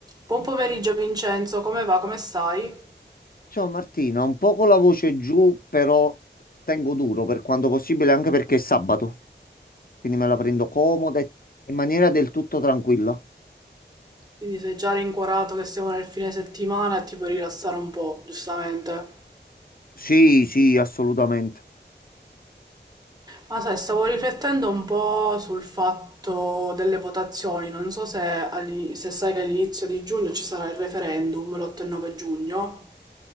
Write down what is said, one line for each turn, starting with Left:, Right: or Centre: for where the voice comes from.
Right: Buon pomeriggio Vincenzo, come va? Come stai?
Left: Ciao Martina, un po' con la voce giù, però tengo duro per quanto possibile, anche perché è sabato, quindi me la prendo comoda e in maniera del tutto tranquilla.
Right: Quindi sei già rincuorato che siamo nel fine settimana e ti puoi rilassare un po', giustamente.
Left: Sì, sì, assolutamente.
Right: Ma sai, stavo riflettendo un po' sul fatto delle votazioni, non so se, all'ini- se sai che all'inizio di giugno ci sarà il referendum, l'8 e 9 giugno.